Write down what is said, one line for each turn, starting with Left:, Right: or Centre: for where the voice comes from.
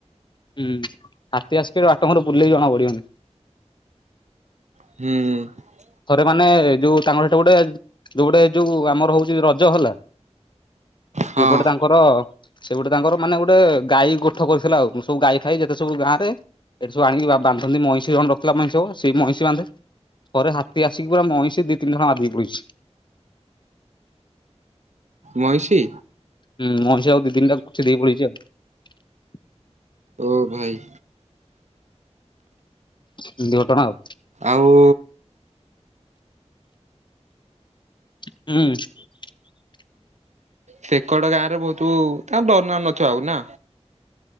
Left: ହୁଁ ହାତୀ ଆସିକି ଆଠ ଘର ବୁଲେ ଜଣା ପଡିବନି।
Right: ହୁଁ।
Left: ଥରେ ମାନେ ଏ ଯୋଉ ତାଙ୍କର ସେଠ ଗୋଟେ, ଯୋଉ ଗୋଟେ ଯୋଉ ଆମର ହଉଛି ରଜ ହେଲା ସେପଟେ
Right: ହଁ
Left: ତାଙ୍କର ସେ ଗୋଟେ ତାଙ୍କର ମାନେ ଗୋଟେ ଗାଈ ଗୋଠ କରିଥିଲା ଆଉ ସବୁ ଗାଈ ଖାଇ ଯେତେ ସବୁ ଗାଁରେ ଏଠି ସବୁ ଆଣିକି ବାନ୍ଧନ୍ତି ମଇଁଷି କଣ ରଖି ମଇଁଷବ ସେଇ ମଇଁଷି ବାନ୍ଧେ ପରେରେ ତିହାସିକ ପ ମଇଁଶି ଦି ତିନି ଘରା ବାଦେଇ ପଛି।
Right: ମଇଁଷି।
Left: ହୁଁ ମଇଂଷି ଆଉ ଦି ଦିନଟା କିଛି ଦେଇ ପଡ଼ିଛି ଆଉ।
Right: ଓ ଭାଇ
Left: ଏମିତି ଘଟଣା ଆଉ।
Right: ଆଉ।
Left: ହୁଁ।
Right: ସେକଡ ଗାଁ ରେ ବହୁତ ତା ଦଡରନା ନଥ ଆଉ ନା।